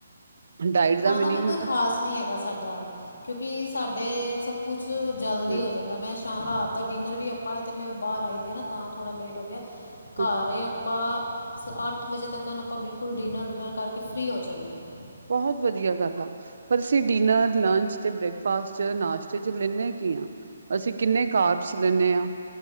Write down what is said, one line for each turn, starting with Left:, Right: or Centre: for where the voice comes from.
Right: ਡਾਇਟ
Left: ਖਾਣਾ
Right: ਦਾ ਮੀਨਿੰਗ
Left: ਵੀ ਕੋਈ
Right: ਹੁੰਦਾ
Left: ਖਾਸ ਨਹੀਂ ਹੈਗਾ ਸਾਡਾ, ਕਿਉਂਕਿ ਸਾਡੇ ਸਭ ਕੁਛ ਜਲਦੀ
Right: ਹਮ
Left: ਹੋ ਜਾਂਦਾ। ਮੈਂ ਤਾਂ ਰਾਤ ਦਾ ਡਿਨਰ ਵੀ ਆਪਾਂ, ਏ ਤੇ ਮੈਂ ਬਾਹਰ ਆਈ ਦੀ ਹਾਂ ਨਾ, ਤਾਂ ਥੋੜ੍ਹਾ ਲੇਟ ਹੋ ਗਿਆ। ਘਰ
Right: ਹਾਂ
Left: ਆਪਾਂ ਸ ਅੱਠ ਵਜੇ ਤੱਕਣ ਆਪਾਂ, ਬਿਲਕੁਲ ਡਿਨਰ-ਡੂਨਰ ਕਰਕੇ ਫ੍ਰੀ ਹੋ ਜਾਂਨੇ ਆਂ।
Right: ਬਹੁਤ ਵਧੀਆ ਗੱਲ ਆ। ਪਰ ਅਸੀਂ ਡਿਨਰ ਲੰਚ ਤੇ ਬ੍ਰੇਕਫਾਸਟ 'ਚ, ਨਾਸ਼ਤੇ 'ਚ ਲੈਂਨੇ ਕੀ ਆ? ਅਸੀਂ ਕਿੰਨੇ ਕਾਰਬਸ ਲੈਂਨੇ ਹਾਂ,